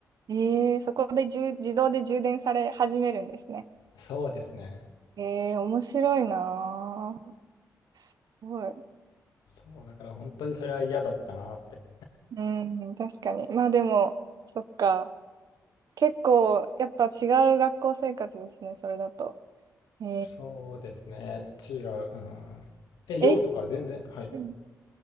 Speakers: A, on the right (about 65°); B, on the left (about 90°).
A: ええそこで充自動で充電され始めるんですね。
B: そうですね。
A: ええ面白いなあ。すごい。
B: そう、だから本当にそれは嫌だったなって。
A: うん、確かに。まあでも、そっか。結構、やっぱ違う学校生活ですね、それだと。え
B: そうですね。違う。うん。え、量とか全然、
A: ええ、
B: はい。
A: うん